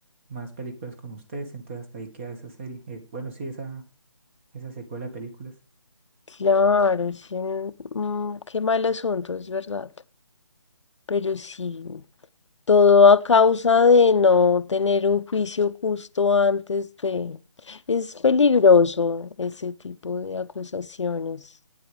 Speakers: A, on the right; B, on the left.
A: más películas con ustedes, entonces hasta ahí queda esa serie. Eh, bueno, sí, esa, esa secuela de películas.
B: claro, sí, mm, qué mal asunto, es verdad. Pero sí. Todo a causa de no tener un juicio justo antes de... Es peligroso ese tipo de acusaciones.